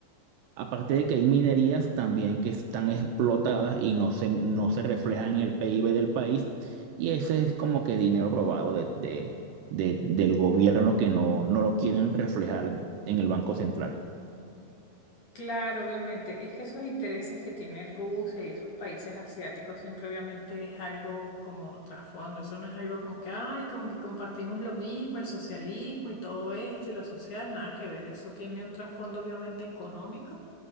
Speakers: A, on the right; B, on the left.
A: Aparte de que hay minerías también que están explotadas y no se, no se reflejan en el PIB del país, y ese es como que dinero robado de, de- de- del gobierno que no, no lo quieren reflejar en el Banco Central.
B: Claro, obviamente. Es que esos intereses que tiene Rusia y esos países asiáticos siempre obviamente es algo como trasfondo. Eso no es algo como que, ay, como que compartimos lo mismo, el socialismo y todo esto y lo social, nada que ver. Eso tiene un trasfondo obviamente económico,